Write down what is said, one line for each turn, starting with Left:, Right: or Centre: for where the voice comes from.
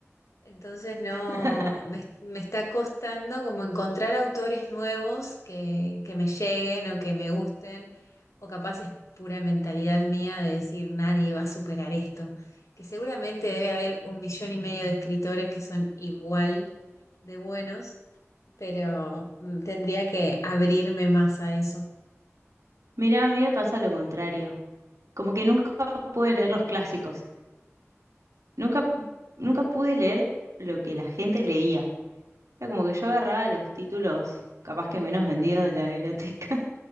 Left: entonces no,
Right: <laughs>
Left: me, me está costando como encontrar autores nuevos que, que me lleguen o que me gusten, o capaz es pura mentalidad mía de decir nadie va a superar esto, que seguramente debe haber un millón y medio de escritores que son igual de buenos, pero mm, tendría que abrirme más a eso.
Right: Mirá, a mí me pasa lo contrario. Como que nunca pude leer los clásicos. Nunca, nunca pude leer lo que la gente leía. Era como que yo agarraba los títulos capaz que menos vendidos de la biblioteca